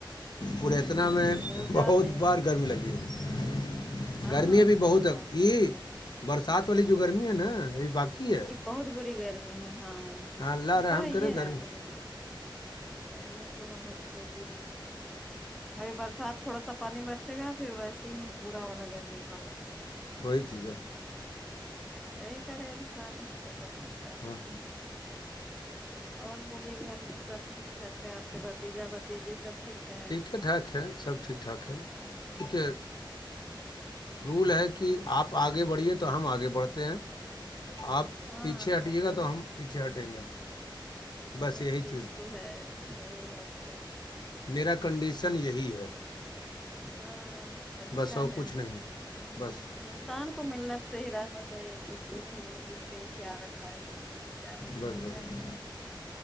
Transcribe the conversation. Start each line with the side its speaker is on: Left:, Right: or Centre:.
Left: پ
Centre: ہاں
Left: اتنا میں
Centre: روزہ
Left: بہت
Centre: میں
Left: بار گرمی لگی ہے
Centre: ہاں
Left: گرمیمی ا بھی
Centre: صحیح
Left: بہت ہے
Centre: بات
Left: یہ برسات والی جو گرمی ہے نا یہ باقی ہے
Centre: یہ بہت بری گرمی ہے ہاں
Left: ہاں اللہ رحم
Centre: تو ہے
Left: کرے گرمی
Centre: ہے ابھی ایڈمی تو بہت ہوگی ہی ابھی برسات تھوڑا سا پانی برسے گا پھر ویسے ہی برا والا گرمی پڑے گا
Left: وہی چیز ہے
Centre: یہی کرے انسان کیا کر سکتا ہے
Left: ہاں
Centre: اور بوولے گھر میں سب ٹھیک ٹھاک ہے آپ کے بھتیجا بھتیجے سب ٹھیک ہے
Left: ٹھیکٹھاک ہے سبٹھیک ٹھ ٹاک ہے ک رول
Centre: او
Left: ہے
Centre: ہو،
Left: کہ آپ آگے بڑھیے تو ہم آگے بڑھتے ہیں آپ
Centre: ہاں
Left: پیچھے ہٹیے
Centre: وہ
Left: گا تو
Centre: ہے
Left: ہم پیچھے ہٹیں گے بس
Centre: یہ
Left: یہی چی
Centre: چیز تو ہے صحیح بات ہے
Left: میرا کنڈیشن یہی ہے
Centre: ہاں اچھا
Left: بس اور
Centre: ہے
Left: کچھ نہیں بس
Centre: انسان کو ملنا صح ہی رہنا چاہیے ایک دوسرے سے مل جل کے کیا رکھنا ہے زلی ج
Left: بس بس
Centre: ہے